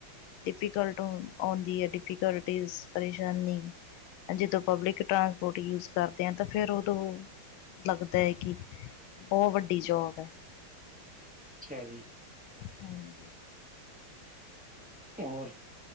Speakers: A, on the left; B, in the centre.
A: ਡਿਫੀਕਲਟ ਆਉਂਦੀ ਐ ਡਿਫੀਕਲਟੀਜ਼ ਪਰਸ਼ਾਨੀ। ਆ ਜਦੋਂ ਪਬਲਿਕ ਟਰਾਂਸਪੋਰਟ ਯੂਜ ਕਰਦੇ ਆਂ ਤਾਂ ਫੇਰ ਓਦੋਂ ਲੱਗਦਾ ਐ ਕੀ ਬਹਤ ਵੱਡੀ ਜੋਬ ਆ।
B: ਅੱਛਾ ਜੀ
A: ਹਾਂਜੀ
B: ਹੋਰ